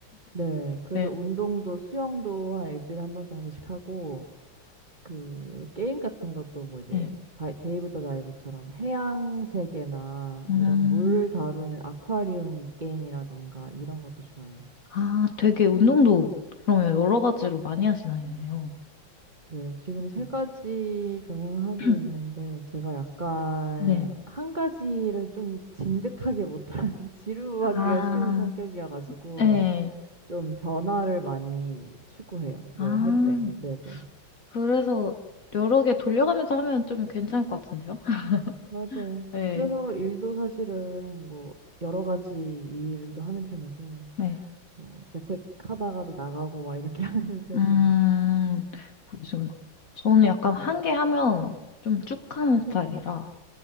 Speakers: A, on the right; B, on the left.
A: 네. 그래서
B: 네.
A: 운동도 수영도 한 일주일에 한 번 정도씩 하고, 그, 게임 같은 것도 뭐 이제,
B: 네.
A: 다, 데이브 더 다이브처럼 해양 세계나
B: 음,
A: 이런 물 다루는 아쿠아리움 게임이라던가 이런 것도 좋아해요.
B: 아, 되게 운동도 그러면 여러 가지로 많이 하시나요?
A: 네. 지금 세
B: 네.
A: 가지 병행하고
B: <clears throat>
A: 있는데, 제가 약간
B: 네.
A: 한 가지를 좀 진득하게 못하는, <laughs> 지루하기가
B: 아,
A: 쉬운 성격이어가지고,
B: 음. 네.
A: 좀 변화를 많이 추구해요. 뭐
B: 아,
A: 할 때. 네네.
B: 그래서 여러 개 돌려가면서 하면 좀 괜찮을 것 같은데요? <laughs>
A: 맞아요.
B: 네.
A: 그래서 일도 사실은 뭐 여러 가지 일도 하는 편이고,
B: 네.
A: 뭐 재택하다가도 나가고 막 이렇게 <laughs> 하는 편이에요.
B: 음, 그러시구나. 저는 약간 한 개 하면 좀 쭉 하는 스타일이라